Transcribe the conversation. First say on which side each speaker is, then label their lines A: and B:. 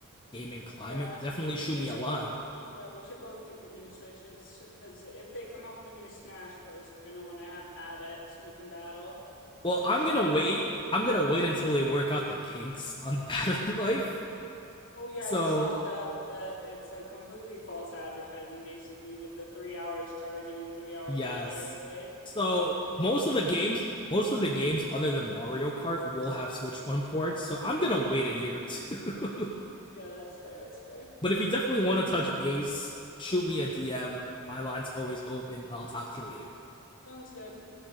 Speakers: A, on the left; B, on the left.
A: gaming climate,
B: Yeah,
A: definitely
B: maybe
A: shoot
B: we
A: me
B: should
A: a line.
B: both. Yeah, we should both get the new switches because if they come out with a new Smash Bros, we're gonna want to have had it so we can battle. It'll be
A: Well,
B: necessary.
A: I'm gonna wait. I'm gonna wait until they work out the kinks on the <laughs> battery life.
B: Oh yeah,
A: So
B: I saw that that it's like completely false advertising basically with the three hours charging and three hour
A: yes.
B: battery life
A: So
B: basically.
A: most of the games, most of the games other than Mario Kart will have Switch One ports. So I'm gonna wait a year or two.
B: Yeah, that's fair, that's fair.
A: <laughs> but if you definitely want to touch base, shoot me a DM. My line's always open, and I'll talk to you later.
B: Sounds good.